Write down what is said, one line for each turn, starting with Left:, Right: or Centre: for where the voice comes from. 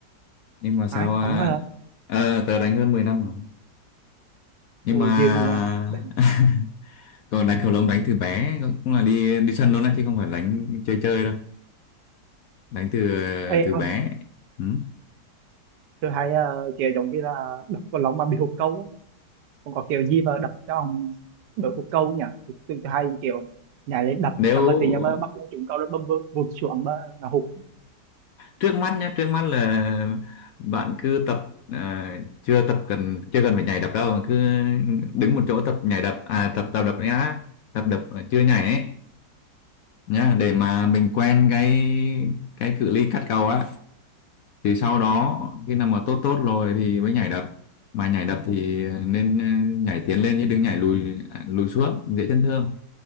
Left: nhưng mà sao
Right: ai
Left: ờ,
Right: ổng hả
Left: ờ, tớ đánh hơn 10 năm rồi nhưng
Right: ồ
Left: mà
Right: dư nhờ Để-
Left: <laughs> còn đánh cầu lông đánh từ bé cũng cũng là đi đi sân luôn đấy chứ không phải đánh chơi chơi đâu đánh từ ờ,
Right: Ê,
Left: từ bé
Right: ờ,
Left: ừ.
Right: tôi thấy ờ, kèo giống như là đập vào lông mà bị hụt câu á còn có kèo gì mà đập cho ông đội hụt câu nhỉ tôi, tôi, tôi hay kiểu nhảy lên đập
Left: nếu
Right: xong rồi tự nhiên mới bắt đầu trúng câu nó bơm bơm vụt xuống mà nó hụt
Left: trước mắt nhá trước mắt là bạn cứ tập à, chưa tập cần chưa cần phải nhảy đập đâu cứ đứng một chỗ tập nhảy đập à tập tập đập nhá tập đập mà chưa nhảy ấy nhá
Right: ừ.
Left: để mà mình quen cái cái cự ly cắt cầu á thì sau đó khi nào mà tốt tốt rồi thì mới nhảy đập mà nhảy đập thì nên ờ, nhảy tiến lên chứ đừng nhảy lùi à, lùi xuống dễ chấn thương